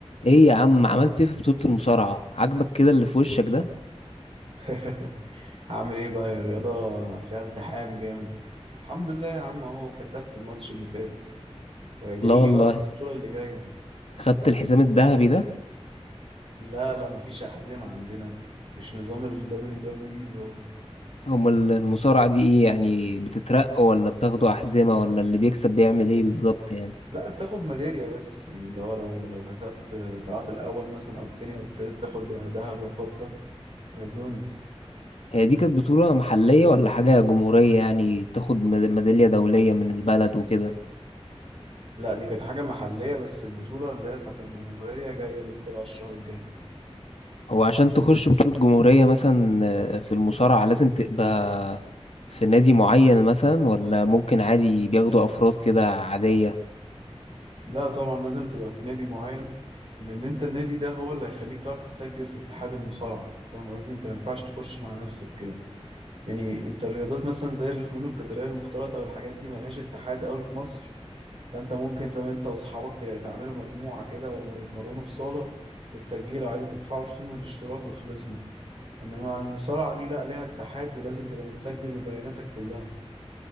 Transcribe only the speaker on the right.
<laughs> هعمل ايه بقى يا رياضة فيها التحام جامد الحمد لله يا عم اهو كسبت الماتش اللي فات وادعي
لي بقى في البطولة اللي جاية
لا لا مفيش أحزمة عندنا مش نظام ال WWE هو
لا تاخد ميدالية بس يعني اللي هو لو لو كسبت طلعت الأول مثلا أو التاني أو التالت تاخد يا ذهب يا فضة يا برونز
لا دي كانت حاجة محلية بس البطولة اللي هي بتاعت الجمهورية جاية لسه بقى الشهر الجاي
لا طبعا لازم تبقى في نادي معين لان انت النادي ده هو اللي هيخليك تعرف تسجل في اتحاد المصارعه فاهم قصدي انت ما ينفعش تخش مع نفسك كده يعني انت الرياضات مثلا زي الفنون القتاليه المختلطه والحاجات دي ملهاش اتحاد قوي في مصر فانت ممكن فاهم انت واصحابك ت- تعملوا مجموعه كده ولا تتمرنوا في صاله وتسجلوا عادي تدفعوا رسوم الاشتراك وخلصنا انما المصارعه دي لا ليها اتحاد ولازم تبقى متسجل ببياناتك كلها